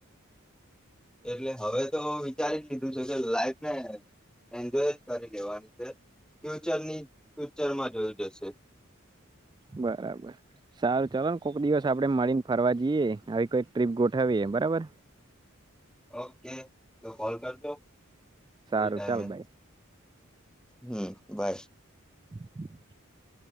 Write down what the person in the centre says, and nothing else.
એટલે હવે તો વિચારી લીધું છે કે લાઈફ ને એન્જોય જ કરી લેવાની છે ફ્યુચરની ફ્યુચરમાં જોઈ લેશે
ઓ કે તો કોલ કરજો
એ ટાઈમે
હમ બાઈ